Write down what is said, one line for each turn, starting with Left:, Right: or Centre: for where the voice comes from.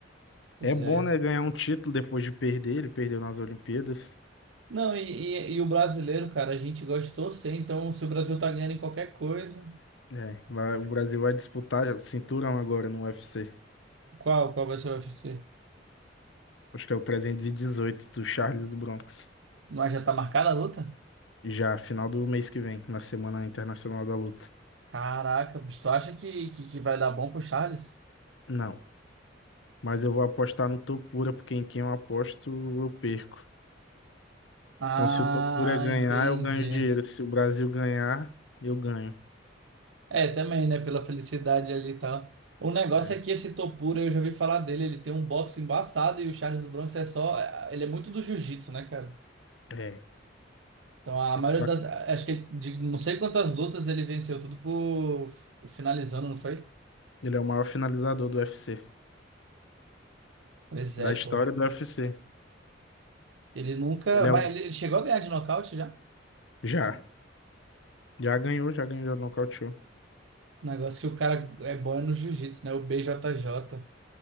Right: Pois
Left: É bom,
Right: é.
Left: né, ganhar um título depois de perder, ele perdeu nas Olimpíadas.
Right: Não, e, e, e o brasileiro, cara, a gente gosta de torcer, então se o Brasil tá ganhando em qualquer coisa,
Left: É, vai- o Brasil vai disputar já o cinturão agora no UFC.
Right: qual, qual vai ser o UFC?
Left: Acho que é o 318 do Charles do Bronx.
Right: Mas já tá marcada a luta?
Left: Já, final do mês que vem, na Semana Internacional da Luta.
Right: Caraca, bicho, tu acha que, que, que vai dar bom pro Charles?
Left: Não, mas eu vou apostar no Topura, porque em quem eu aposto, eu perco.
Right: Ah,
Left: Então, se o Topura ganhar,
Right: entendi.
Left: eu ganho dinheiro. Se o Brasil ganhar, eu ganho.
Right: É, também, né? Pela felicidade ali e tal. O negócio
Left: É.
Right: é que esse Topura, eu já ouvi falar dele, ele tem um boxe embaçado e o Charles do Bronx é só. é, Ele é muito do jiu-jitsu, né, cara?
Left: É.
Right: Então a
Left: E
Right: maioria
Left: Só
Right: das.
Left: que
Right: Acho que ele, de não sei quantas lutas ele venceu, tudo por finalizando, não foi?
Left: ele é o maior finalizador do UFC,
Right: Pois
Left: da
Right: é,
Left: história
Right: pô.
Left: do UFC.
Right: Ele nunca.
Left: Ele
Right: Mas
Left: é o...
Right: ele ele chegou a ganhar de nocaute já?
Left: Já. Já ganhou, já ganhou, já nocauteou.
Right: O negócio que o cara é bom é no jiu-jitsu, né? O BJJ.